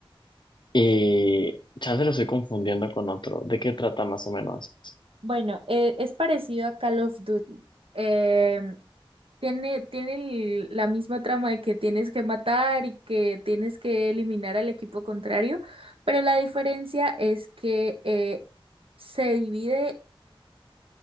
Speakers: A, on the left; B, on the right.
A: Y chance lo estoy confundiendo con otro. ¿De qué trata más o menos?
B: Bueno, eh, es parecido a Call of Duty. Em, tiene tiene el- la misma trama de que tienes que matar y que tienes que eliminar al equipo contrario, pero la diferencia es que eh, se divide